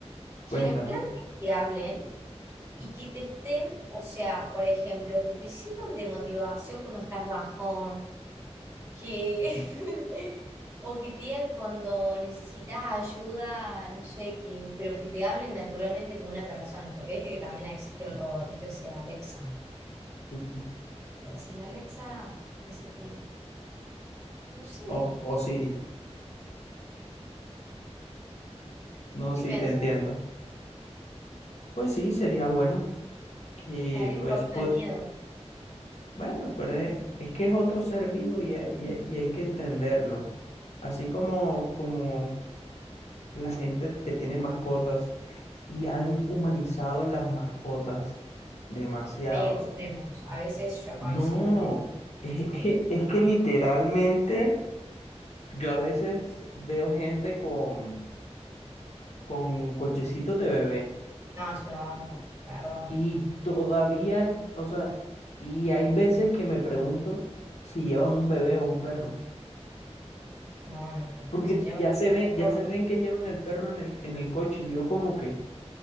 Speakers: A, on the left (about 70°); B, on the right (about 25°).
A: Cuéntame.
B: que las plantas te hablen y que te estén, o sea, por ejemplo, que te sirvan de motivación cuando estás bajón, que <laughs> o que te digan cuando necesitas ayuda, no sé qué, pero que te hablen naturalmente como una persona, porque viste que también existe el robotito ese de Alexa.
A: Mm.
B: Le decís, Alexa, no sé qué, no sé,
A: O, o Siri. No,
B: ¿qué
A: sí,
B: pensás?
A: te entiendo. Pues sí, sería bueno que,
B: Me daría
A: pues,
B: un poquito de miedo.
A: Bueno, pero es, es que es otro ser vivo y, hay- y, hay y hay que entenderlo. Así como, como la gente que tiene mascotas y han humanizado las mascotas demasiado.
B: Hay extremos, a veces yo
A: No,
B: coincido, hay extremos.
A: es, <laughs> es- es que literalmente yo a veces veo gente con, con cochecitos de bebé
B: No, es una banda, perdón.
A: y todavía, o sea, y hay veces que me pregunto si llevan un bebé o un perro.
B: No, no, no.
A: Porque
B: Si llevan
A: ya se
B: un
A: ven,
B: perro,
A: ya se ven que llevan al perro en el, en el coche y yo como que